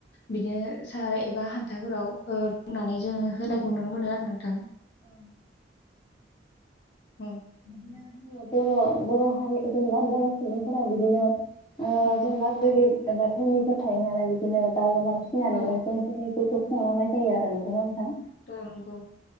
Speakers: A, on the left (about 65°); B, on the left (about 25°).
A: बिदिनो सा एबा खान थाफोराव ओ रुनानै जोङो होनायखौ नुनो मोनो आरो नों थां।
B: <inaudible>
A: औ
B: बिदिनो बर' बर' हारि जेनबा बर' सुबुंफोरा बिदिनो ओ
A: औ
B: जोंना गोरिब बा धोनिफोर थायो नालाय बिदिनो दाउ अमा फिनानैनो
A: औ
B: जों जोंनि जिउखौ खुंलांनाय जायो आरो नोंगौना नोंथां।
A: औ नंगौ।